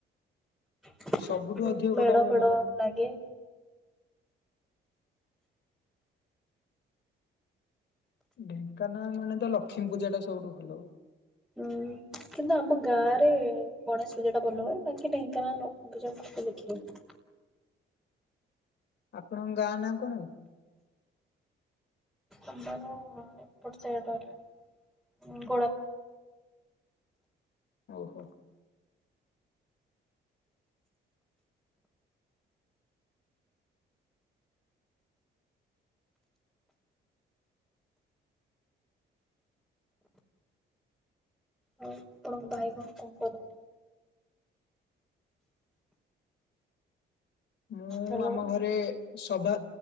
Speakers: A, in the centre; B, on the left.
A: ବହୁତୁ
B: ସବୁଠୁ ଅଧିକ କୋଉଟା
A: ମେଡ
B: ହୁଏ
A: ଫେଡ
B: ଭଲ?
A: ଲାଗେ।
B: ଢେଙ୍କାନାଳ ମାନେ ତ ଲକ୍ଷ୍ମୀ ପୂଜା ଟା ସବୁଠୁ ଭଲ ହୁଏ।
A: ଉଁ। କିନ୍ତୁ ଆମ ଗାଁରେ ଗଣେଶ ପୂଜା ଟା ଭଲ ହୁଏ ବାକି ଢେଙ୍କାନାଳ ଲକ୍ଷ୍ମୀ ପୂଜା ମୁଁ କେବେ ଦେଖିନି।
B: ଆପଣଙ୍କ ଗାଁ ନାଁ କଣ?
A: ଆମର ଏପଟ ସାଇଡି ରହିଲା ଗୋଡା
B: ହଉ ହଉ।
A: ଆଉ ଆପଣଙ୍କ ଭାଇ କଣ କ କରନ୍ତି?
B: ମୁଁ
A: ହ୍ୟାଲୋ।
B: ଆମ ଘରେ ସଭା,